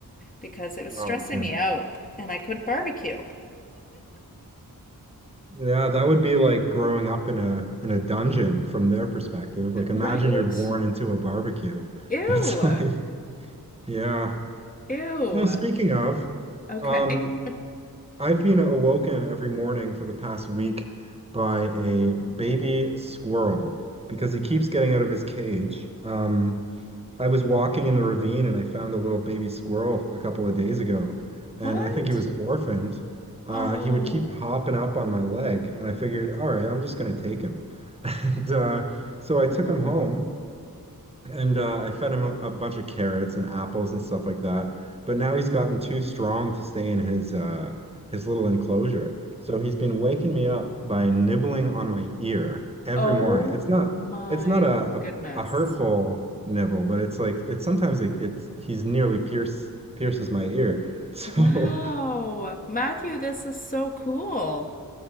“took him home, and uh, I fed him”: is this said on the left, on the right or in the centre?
Right